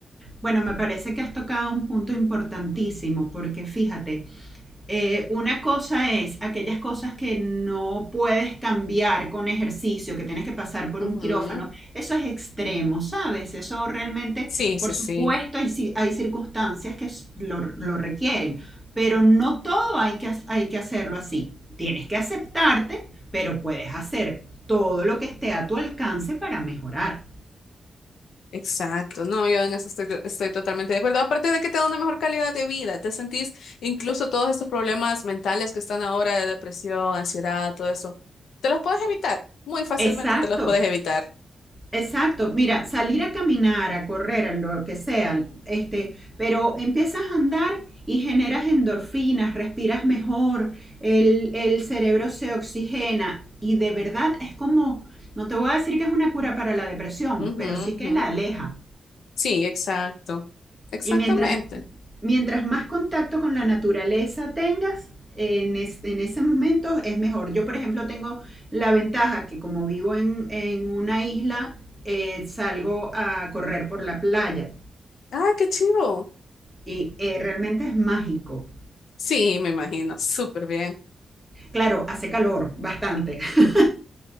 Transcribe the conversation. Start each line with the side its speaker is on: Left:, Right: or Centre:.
Centre: Bueno, me parece que has tocado un punto importantísimo, porque fíjate, Eh, una cosa es aquellas cosas que no puedes cambiar con ejercicio, que tienes que pasar por
Left: Ujú.
Centre: un quirófano. Eso es extremo, ¿sabes? Eso realmente,
Left: Sí,
Centre: por
Left: sí,
Centre: supuesto,
Left: sí.
Centre: hay, ci- hay circunstancias que s- lo, lo requieren, pero no todo hay que, ha- hay que hacerlo así. Tienes que aceptarte, pero puedes hacer todo lo que esté a tu alcance para mejorar.
Left: Exacto, no, yo en eso estoy, to- estoy totalmente de acuerdo. Aparte de que te da una mejor calidad de vida, te sentís incluso todos estos problemas mentales que están ahora de depresión, ansiedad, todo eso, te los puedes evitar, muy fácilmente
Centre: Exacto.
Left: te los puedes evitar.
Centre: Exacto, mira, salir a caminar, a correr, a lo que sea, este, pero empiezas a andar y generas endorfinas, respiras mejor, el, el cerebro se oxigena y de verdad es como, no te voy a decir que es una cura para la depresión,
Left: Ujú,
Centre: pero sí que
Left: ujú.
Centre: la aleja.
Left: Sí, exacto, exactamente.
Centre: Y mientras mientras más contacto con la naturaleza tengas, en, es- en ese momento es mejor. Yo, por ejemplo, tengo la ventaja que como vivo en, en una isla, eh, salgo a correr por la playa
Left: Ay, qué chivo.
Centre: y eh, realmente es mágico.
Left: Sí, me imagino, súper bien.
Centre: Claro, hace calor bastante. <laughs>